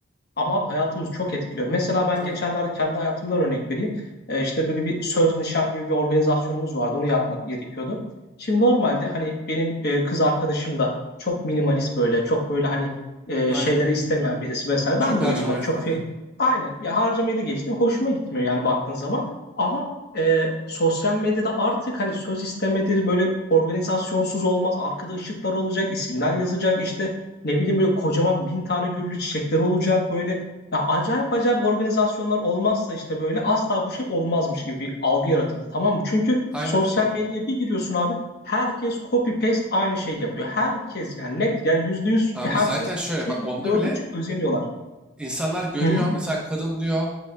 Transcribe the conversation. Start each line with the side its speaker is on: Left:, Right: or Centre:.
Left: Ama abi hayatımızı çok etkiliyor. Mesela ben
Centre: Tabii.
Left: geçenlerde kendi hayatımdan örnek vereyim. Ee, işte böyle bir söz nişan gibi bir organizasyonumuz vardı. Onu yapmak gerekiyordu. Şimdi normalde hani benim e, kız arkadaşım da çok minimalist böyle, çok böyle hani e,
Centre: Aynen.
Left: şeyleri istemeyen birisi vesaire.
Centre: Çok
Left: Ben
Centre: harcama
Left: de öyleyim hani çok
Centre: aynen.
Left: şey aynen ya harcamayı da geçtim. Hoşuma gitmiyor yani baktığın zaman. Ama e, sosyal medyada artık hani söz istemedir böyle organizasyonsuz olmaz. Arkada ışıklar olacak, isimler yazacak işte ne bileyim böyle kocaman bin tane güllü çiçekleri olacak böyle. Ya acayip acayip organizasyonlar olmazsa işte böyle asla bu şey olmazmış gibi bir algı yaratıldı tamam mı? Çünkü
Centre: Aynen
Left: sosyal
Centre: öyle.
Left: medyaya bir giriyorsun abi herkes copy paste aynı şey yapıyor. Herkes yani net ya yüzde yüz
Centre: Abi
Left: herkes
Centre: zaten şöyle
Left: çünkü
Centre: bak onda
Left: gördükçe
Centre: bile
Left: özeniyorlar.
Centre: insanlar görüyor.
Left: Hı hı.
Centre: Mesela kadın diyor